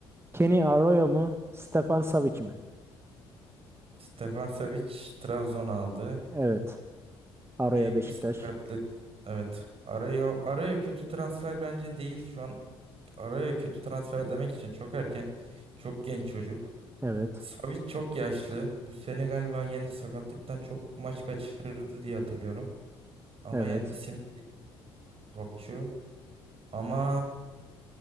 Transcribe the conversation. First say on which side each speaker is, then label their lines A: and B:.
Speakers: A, on the right; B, on the right.
A: Kenny Arroyo mu? Stefan Savic mi?
B: Stefan Savic Trabzon aldı.
A: Evet. Arroyo
B: Büyük
A: Beşiktaş.
B: bir sakatlık. Evet. Araya, araya kötü transfer bence değil. Şu an araya kötü transfer demek için çok erken. Çok genç çocuk.
A: Evet.
B: Savic çok yaşlı. Bu sene galiba yine sakatlıktan çok maç kaçırdı diye hatırlıyorum. Ama
A: Evet.
B: yani isim topçu. Ama